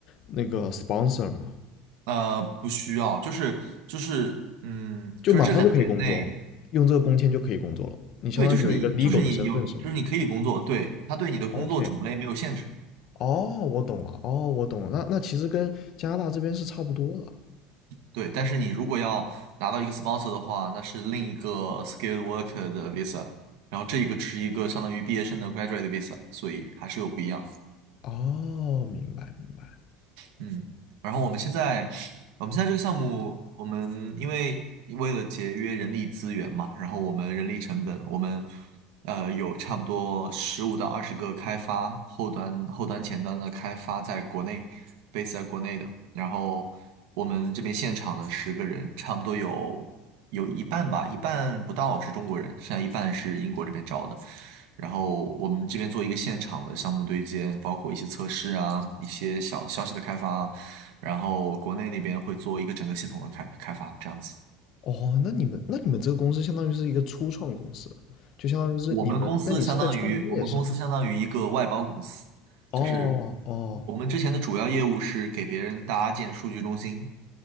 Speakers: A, on the left; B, on the right.
A: 那个 sponsor 吗？
B: 呃，不需要，就是就是嗯，
A: 就马上就可以工作了，
B: 就是这两年内，
A: 用这个工签就可以工作了，你相当于有一个
B: 对，就是你就是你有就是你可以工作，
A: legal 的身份是吗
B: 对，他对你的工作种类没有限制。
A: ？OK，哦，我懂了，哦，我懂了，那那其实跟加拿大这边是差不多的，
B: 对，但是你如果要拿到一个 sponsor 的话，那是另一个 skilled worker 的 visa，然后这一个是一个相当于毕业生的 graduate visa，所以还是有不一样。
A: 哦，明白明白。
B: 嗯，然后我们现在，我们现在这个项目，我们因为为了节约人力资源嘛，然后我们人力成本，我们呃，有差不多十五到二十个开发后端、后端、前端的开发在国内，base 在国内的。然后我们这边现场的十个人，差不多有有一半吧，一半不到是中国人，剩下一半是英国这边招的。然后我们这边做一个现场的项目对接，包括一些测试啊，一些小消息的开发啊然后国内那边会做一个整个系统的开开发，这样子。
A: 哦，那你们那你们这个公司相当于是一个初创公司，就相当于是你们，
B: 我们公司相当于我们公司相当于一个外包公司，
A: 那你是在创业是吧？哦哦
B: 就是我们之前的主要业务是给别人搭建数据中心，